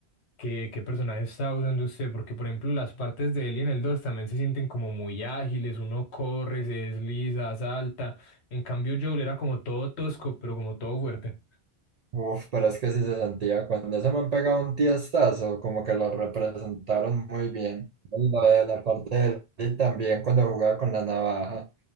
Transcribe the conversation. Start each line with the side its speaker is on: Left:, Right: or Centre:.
Left: qué, qué personaje está usando usted, porque por ejemplo las partes de él y en el 2 también se sienten como muy ágiles, uno corre, se desliza, salta, en cambio Joel era como todo tosco, pero como todo fuerte.
Right: Uf, pero es que sí se sentía cuando ese han pegado un tiestazo, como que lo representaron muy bien. Y Lo de la parte del y también cuando jugaba con la navaja.